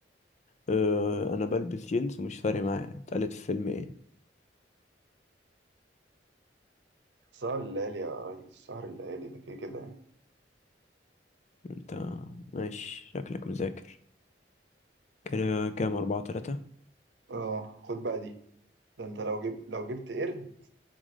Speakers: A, on the left (about 40°); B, on the right (about 80°).
A: أه أنا بلبس جينز ومش فارق معايا اتقالت في فيلم إيه
B: سهر الليالي يا ريس سهر الليالي ده كده كده يعني.
A: أنت ماشي شكلك مذاكر كده كام أربعة تلاتة
B: اه خد بقى دي ده انت لو جبت لو جبت قرد